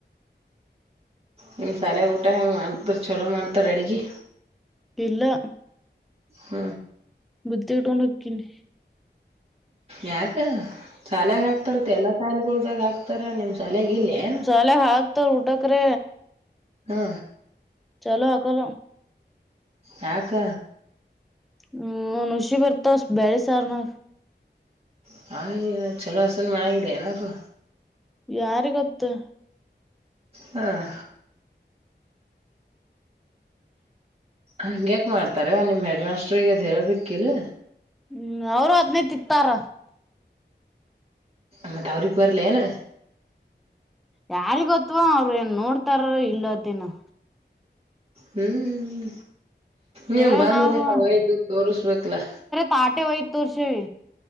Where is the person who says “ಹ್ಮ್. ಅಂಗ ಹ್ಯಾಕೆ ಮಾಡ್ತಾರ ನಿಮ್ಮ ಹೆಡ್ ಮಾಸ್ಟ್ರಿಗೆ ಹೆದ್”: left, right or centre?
Right